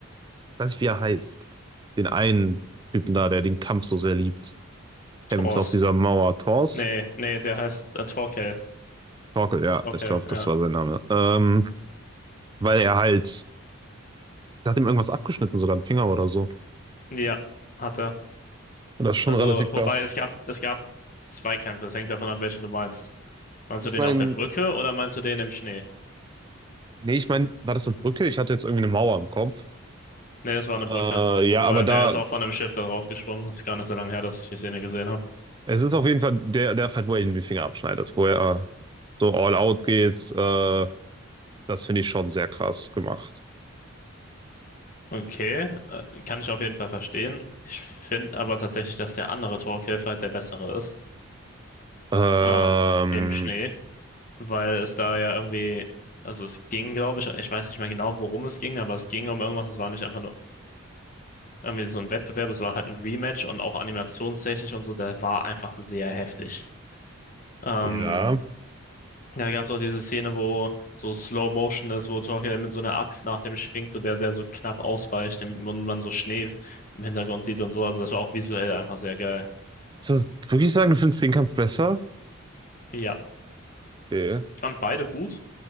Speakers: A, on the right; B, on the left.
A: ich weiß nicht, wie er heißt, den einen Typen da, der den Kampf so sehr liebt, kämpft
B: Thors.
A: auf dieser Mauer. Thors?
B: Nee, nee, der heißt äh, Torkel.
A: Torkel, ja,
B: Torkel,
A: ich glaube,
B: ja.
A: das war sein Name. Ähm, weil er halt Der hat ihm irgendwas abgeschnitten, sogar einen Finger oder so.
B: Ja, hat er.
A: Und das ist schon
B: Also,
A: relativ
B: wobei
A: krass.
B: es gab, es gab zwei Kämpfe. Es hängt davon ab, welchen du meinst. Meinst
A: Ich
B: du den
A: meine,
B: auf der Brücke oder meinst du den im Schnee?
A: nee, ich meine, war das eine Brücke? Ich hatte jetzt irgendwie eine Mauer im Kopf.
B: Nee, es war eine Brücke.
A: Äh,
B: Weil
A: ja, aber da,
B: der ist auch von einem Schiff da drauf gesprungen. Das ist gar nicht so lange her, dass ich die Szene gesehen habe.
A: es ist auf jeden Fall der, der Fight, wo er ihm die Finger abschneidet, wo er äh, so all out geht. Äh, das finde ich schon sehr krass gemacht.
B: Okay, äh, kann ich auf jeden Fall verstehen. Ich finde aber tatsächlich, dass der andere Torkelf halt der bessere ist.
A: Ähm,
B: Ähm, im Schnee. Weil es da ja irgendwie, also es ging, glaube ich, ich weiß nicht mehr genau, worum es ging, aber es ging um irgendwas. Es war nicht einfach nur. irgendwie so ein Wettbewerb, es war halt ein Rematch und auch animationstechnisch und so, der war einfach sehr heftig. Ähm,
A: ja.
B: da gab es auch diese Szene, wo so Slow Motion ist, wo Torkel mit so einer Axt nach dem schwingt und der, der so knapp ausweicht und man so Schnee im Hintergrund sieht und so. Also das war auch visuell einfach sehr geil.
A: So, wirklich sagen, du findest den Kampf besser?
B: Ja,
A: Okay.
B: ich fand beide gut.